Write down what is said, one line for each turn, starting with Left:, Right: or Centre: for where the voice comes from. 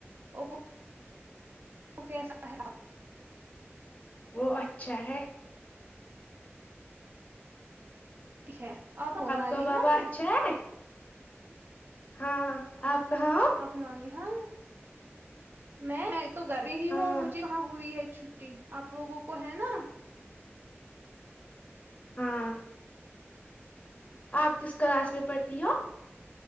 Right: ابو کیسا ہے اب
Left: وہ اچھا ہے
Right: تی ہے آپ ہو نانی
Left: کا بابا
Right: حال میں
Left: اچھا ہے ہاں آپ کہاں ہو
Right: آپ نانی حال مے میں میں تو گھر پے ہی
Left: ہاں
Right: ہوں مجھے کہاں ہوئی ہے چھٹی آپ لوگوں کو ہے نا
Left: ہاں
Right: اچھا
Left: آپ کس کلاس میں پڑھتی ہو